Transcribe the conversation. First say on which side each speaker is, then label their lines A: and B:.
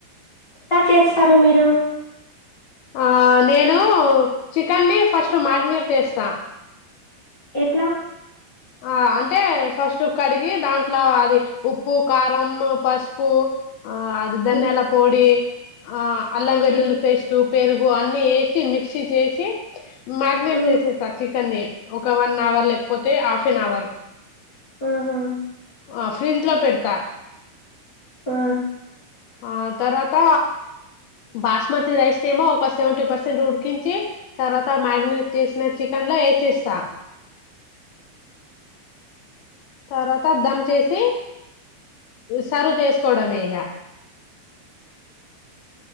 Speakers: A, on the left (about 50°); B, on the left (about 75°).
A: ఎలా చేస్తారు మీరు
B: ఆ నేను చికెన్ని ని ఫస్ట్ మ్యారినేట్ చేస్తా
A: ఎట్లా
B: ఆ అంటే ఫస్ట్ కడిగి దాంట్లో అది ఉప్పు కారం పసుపు ఆ అది ధాన్యాల
A: ఉమ్,
B: పొడి ఆ అల్లం వెల్లుల్లి
A: ఉమ్,
B: పేస్ట్ పెరుగు అన్ని వేసి మిక్సీ చేసి మారినేట్
A: ఉమ్,
B: చేసేస్త చికెన్ని ఒక వన్ అవర్ లేకపోతే హాఫ్ ఎన్ అవర్
A: హా
B: ఆ ఫ్రిడ్జ్ లో పెడతా
A: ఆ
B: ఆ తరువాత బాస్మతి రైస్ ఏమో ఒక సెవెంటీ పర్సెంట్ ఉడికించి తర్వాత మ్యారీనేట్ చేసిన చికెన్ ను వేసేస్తా
A: అ
B: తర్వాత దమ్ చేసి సర్వ్ చేసుకోవడమే ఇక